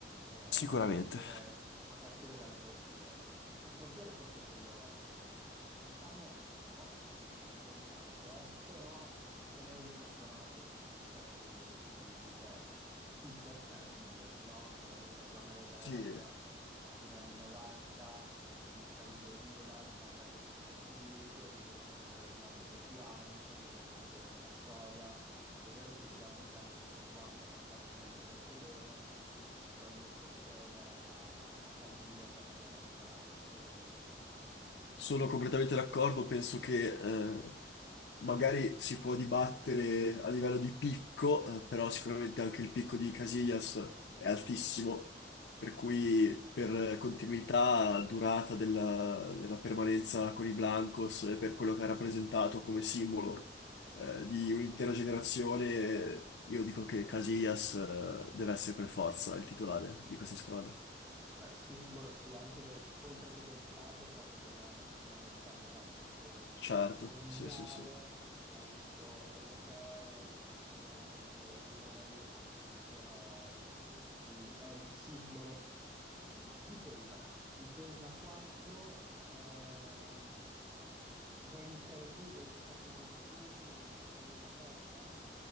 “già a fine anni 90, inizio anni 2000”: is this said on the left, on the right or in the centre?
Right